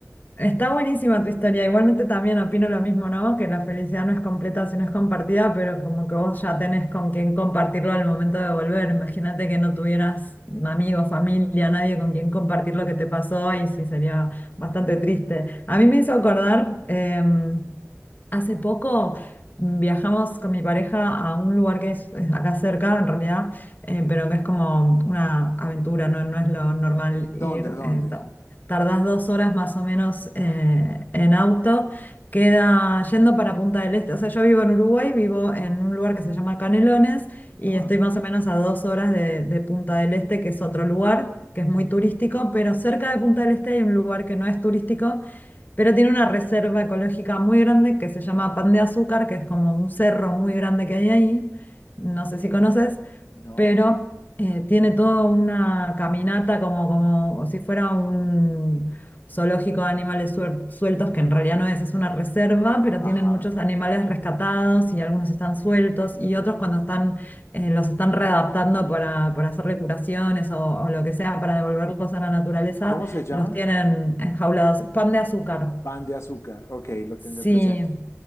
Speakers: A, on the left; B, on the left.
A: Está buenísima tu historia. Igualmente también opino lo mismo, ¿no? Que la felicidad no es completa si no es compartida, pero como que vos ya tenés con quién compartirlo al momento de volver. Imagínate que no tuvieras amigos, familia, nadie con quien compartir lo que te pasó y sí sería bastante triste. A mí me hizo acordar, em, Hace poco viajamos con mi pareja a un lugar que es es acá cerca, en realidad, eh, pero que es como una aventura, no, no es lo normal ir.
B: ¿Dónde, dónde?
A: eh, ta- tardás dos horas más o menos eh, en auto. Queda yendo para Punta del Este. O sea, yo vivo en Uruguay, vivo en un lugar que se llama Canelones y
B: Ah,
A: estoy más o menos a dos horas de, de Punta del Este, que es otro lugar que es muy turístico, pero cerca de Punta del Este hay un lugar que no es turístico pero tiene una reserva ecológica muy grande que se llama Pan de Azúcar, que es como un cerro muy grande que hay ahí, no sé si conoces,
B: no.
A: pero eh, tiene toda una caminata como, como si fuera un zoológico de animales suel- sueltos, que en realidad no es, es una reserva, pero tienen
B: Ajá.
A: muchos animales rescatados y algunos están sueltos y otros cuando están, eh, los están readaptando para, para hacerle curaciones o o lo que sea para devolverlos a la naturaleza.
B: ¿Cómo se llama?
A: Los tienen enjaulados. Pan de azúcar.
B: Pan de azúcar. Ok, lo
A: Sí,
B: tendré presente.